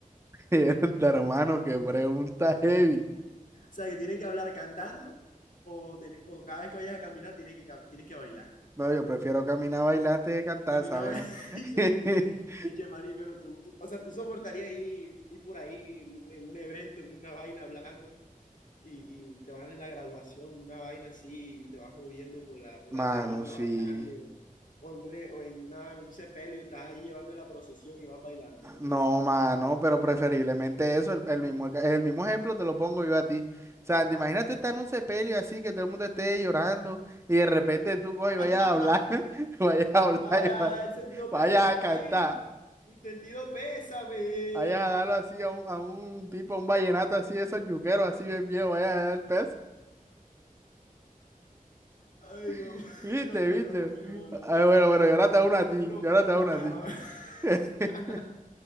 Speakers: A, on the right; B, on the left.
A: ver. <laughs> De hermano, qué pregunta heavy.
B: O sea, que tienes que hablar cantando o, tener- o cada vez que vayas a caminar tienes que, ca- tienes que bailar.
A: No, yo prefiero caminar a bailar antes de cantar
B: Caminaba
A: esa vaina.
B: <laughs>
A: <laughs>
B: y uno dice, eche maní, pero tú, tú- o sea, tú soportarías ir, ir por ahí en, un en un evento, en una vaina hablando. y, y te van en la graduación, una vaina así, y te vas moviendo por la, por
A: Mano,
B: la tarima,
A: sí.
B: bailando, o en, una, o en una, un sepelio, estás ahí llevando la procesión y vas bailando, ¿cómo
A: No,
B: así?
A: mano, pero preferiblemente eso, el, el mismo, eca- el mismo ejemplo te lo pongo yo a ti. O sea, te imaginas tú estar en un sepelio así, que todo el mundo esté llorando y de repente tú coges y vayas
B: <laughs>
A: a hablar, <laughs> vayas a hablar
B: Ahora,
A: y va-
B: el sentido
A: vayas
B: pésame,
A: a cantar.
B: ay, mi sentido pésame.
A: Vayas a darlo así a un, a un tipo, a un vallenato así, de esos yuqueros así bien viejo, vayas a dar el pez.
B: Ay, no,
A: <laughs>
B: <laughs>
A: Viste,
B: no, hombre,
A: viste.
B: no, hombre, no, no,
A: Ay,
B: no.
A: bueno, bueno, yo ahora te hago
B: No,
A: una
B: hombre,
A: a ti,
B: uno,
A: yo ahora te hago
B: ajá.
A: una a ti. <laughs>
B: <laughs>